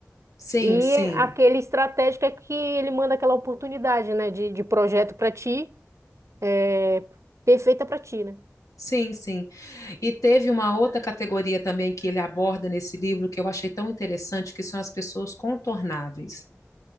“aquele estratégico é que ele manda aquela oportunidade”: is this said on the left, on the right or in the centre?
Right